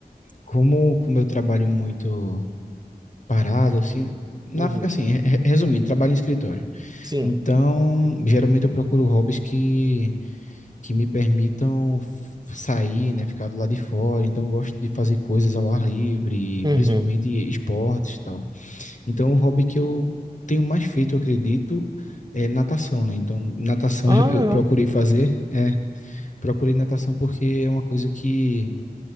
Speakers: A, on the left; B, on the right.
A: como, como eu trabalho muito parado, assim, né? na,
B: uhum,
A: assim, re- resumindo, trabalho em escritório.
B: sim,
A: Então, geralmente eu procuro hobbies que, que me permitam f- sair, né, ficar do lado de fora. Então, eu gosto de fazer coisas ao ar livre,
B: uhum.
A: principalmente esportes e tal. Então, o hobby que eu tenho mais feito, eu acredito, é natação, né? Então, natação
B: Ah,
A: <laughs> eu eu
B: legal.
A: procurei fazer, é, procurei natação porque é uma coisa que